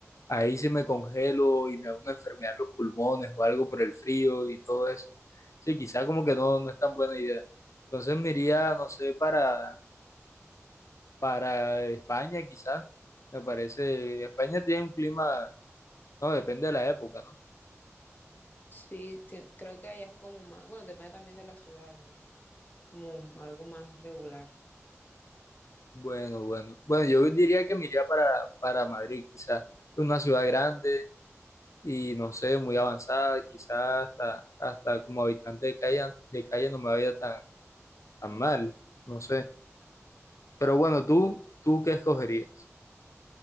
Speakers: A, on the left (about 75°); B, on the left (about 35°).
A: ahí si me congelo y me da una enfermedad en los pulmones o algo por el frío y todo eso. Sí, quizá como que no, no es tan buena idea. Entonces me iría, no sé, para, para España, quizá. Me parece, España tiene un clima, no, depende de la época, ¿no?
B: Sí, te- creo que allá es como más, bueno, depende también de la ciudad, ¿no? Como algo más regular.
A: Bueno, bueno. Bueno, yo diría que me iría para, para Madrid, quizá. Una ciudad grande y no sé, muy avanzada, quizás hasta, hasta como habitante de calle, de calle no me vaya tan, tan mal, no sé. Pero bueno, tú, ¿tú qué escogerías